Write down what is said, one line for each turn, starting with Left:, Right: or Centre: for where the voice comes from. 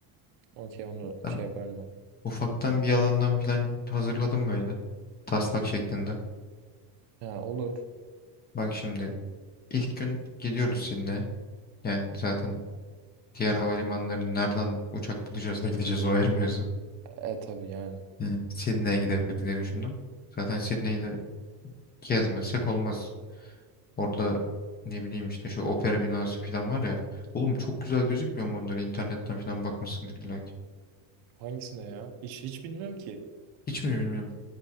Right: Okey onu
Left: Ben
Right: şey yaparım ben.
Left: ufaktan bir alandan plan hazırladım böyle. Taslak şeklinde.
Right: Ha olur.
Left: Bak şimdi ilk gün gidiyoruz Sydney'e. Yani zaten diğer havalimanlarını nereden uçak bulacağız da gideceğiz o ayrı mevzu.
Right: E tabii yani.
Left: Yani Sydney'e gidebiliriz diye düşündüm. Zaten Sydney'i de gezmesek olmaz. Orada ne bileyim işte şu opera binası falan var ya. Oğlum çok güzel gözükmüyor mu onları? İnternetten falan bakmışsındır illa ki.
Right: Hangisine ya? Hiç hiç bilmiyorum ki.
Left: Hiç mi bilmiyorum.